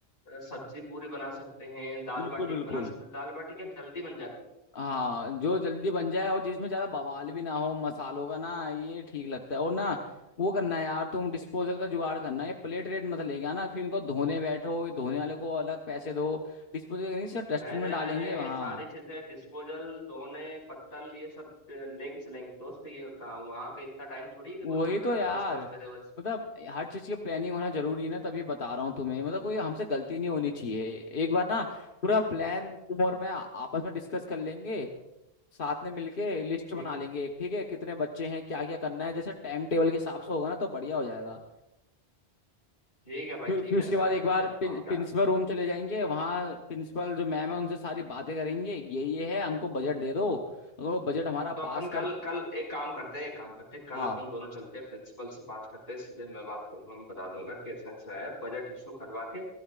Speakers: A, on the left; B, on the left.
A: अ, सब्जी पूरी बना सकते हैं दाल
B: बिल्कुल
A: बाटी भी
B: बिल्कुल
A: बना सकते हैं दाल बाटी क्या जल्दी बन जाती है?
B: हाँ जो जल्दी बन जाए और जिसमें ज्यादा बवाल भी ना हो मसालों का ना ये ठीक लगता है और ना वो करना है यार तुम डिस्पोजल का जुगाड़ करना ये प्लेट रेट मत लेके आना फिर इनको धोने बैठो ये धोने वाले को अलग पैसे दो डिस्पोजल नहीं सर डस्टबिन
A: नहीं नहीं
B: में डालेंगे
A: नहीं नहीं ये
B: वहाँ
A: सारी चीजें डिस्पोजल दोने पत्तल ये सब अ, लेके चलेंगे दोस्त ये कहा वहाँ का इतना टाइम थोड़ी है कि
B: वही
A: कोई बर्तन
B: तो
A: वर्तन
B: यार
A: साफ करे और ये सब।
B: मतलब हर चीज की प्लानिंग होना जरूरी है ना तब ये बता रहा हूँ तुम्हें मतलब कोई हमसे गलती नहीं होनी चाहिए एक बार ना पूरा प्लान तुम और मैं आपस में डिस्कस कर लेंगे साथ में मिलके लिस्ट
A: ठीक
B: बना
A: है
B: लेंगे एक ठीक है कितने बच्चे हैं क्या क्या करना है जैसे टाइम टेबल के हिसाब से होगा ना तो बढ़िया हो जाएगा
A: ठीक है भाई
B: फिर
A: ठीक
B: फिर
A: है
B: उसके
A: ऐसा
B: बाद एक
A: कर लेते
B: बार
A: हैं अपना
B: प्रिं,
A: और
B: प्रिंसिपल
A: क्या
B: रूम चले जाएंगे वहाँ प्रिंसिपल जो मैम है उनसे सारी बातें करेंगे ये ये है हमको बजट दे दो अगर वो बजट हमारा पास
A: तो अपन कल
B: कर
A: कल एक काम करते हैं एक काम करते हैं कल
B: हाँ
A: अपन दोनों चलते हैं प्रिंसिपल से बात करते हैं सीधे मैं बात करूंगा मैं बता दूंगा कि ऐसा ऐसा है बजट इशू करवा के